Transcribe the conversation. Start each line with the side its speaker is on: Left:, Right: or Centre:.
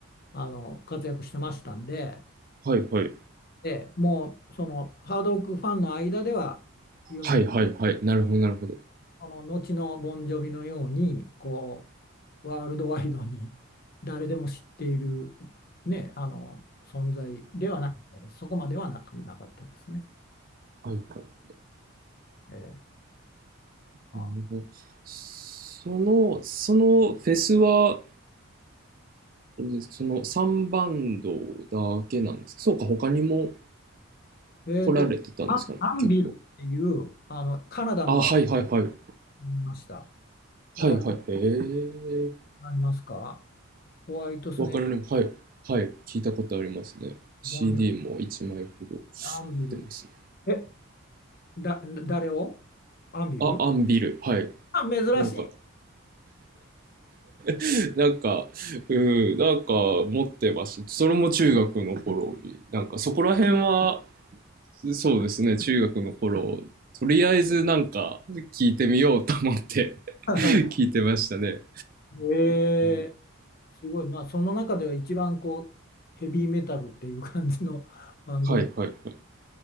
Left: あの活躍してましたんで、
Right: はいはい。
Left: ええ、もうそのハードロックファンの間では有名です。
Right: はいはいはい。なるほどなるほど。
Left: その後のボンジョビのようにこうワールドワイドに誰でも知っている、ね、あの存在ではなかったです。そこまではなく、なかったですね。
Right: はいはい。
Left: えー、あ、
Right: なるほど。その、そのフェスは、あれですかその3バンドだけなんですかそうか、他にも
Left: えーと、
Right: 来られてたんですかね、
Left: アン、アンビルっていうあのカナダのバン
Right: 結構。あ、はいはいはい。
Left: ドにいました。だか
Right: はいはい。へえ。
Left: ら、ありますかホワイトスネーク、
Right: わかります。はい。はい。聞いたことありますね。CD
Left: ボンジョビ、
Right: も1枚ほど売っ
Left: アンビル。
Right: てますね。
Left: え、だ、誰をアンビル
Right: あ、アンビル。はい。
Left: あ、珍しい。
Right: なんか、<laughs> なんか、うん、なんか持ってました。それも中学の頃に。なんかそこら辺は、そうですね、中学の頃、とりあえずなんか聞いてみようと思って
Left: <laughs>
Right: <laughs> 聞いてましたね。
Left: えー
Right: うん、
Left: すごい、まあ、その中では一番こうヘビーメタルっていう感じの <laughs> バンドで、
Right: はいはいはい。